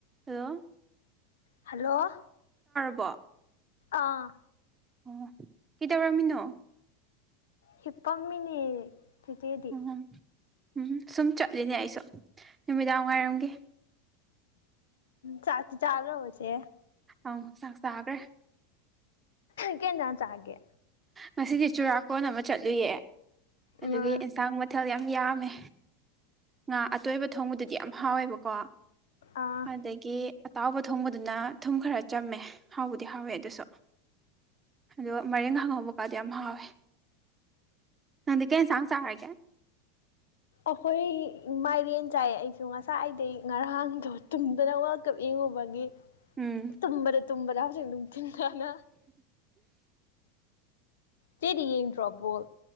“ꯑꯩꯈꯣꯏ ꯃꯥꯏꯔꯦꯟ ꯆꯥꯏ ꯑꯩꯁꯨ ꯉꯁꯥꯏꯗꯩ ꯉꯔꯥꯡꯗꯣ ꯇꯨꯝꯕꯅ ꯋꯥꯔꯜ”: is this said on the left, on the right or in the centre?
Left